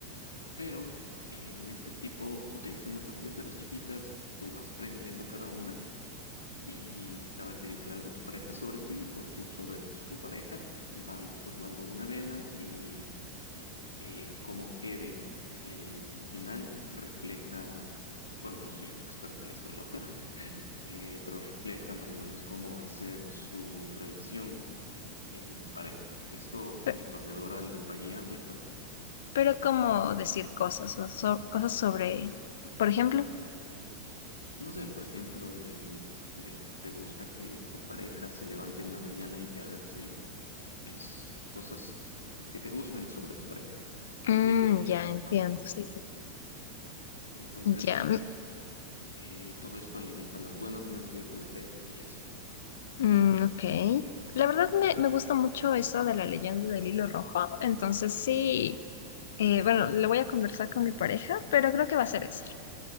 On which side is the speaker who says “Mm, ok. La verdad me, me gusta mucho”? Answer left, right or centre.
Left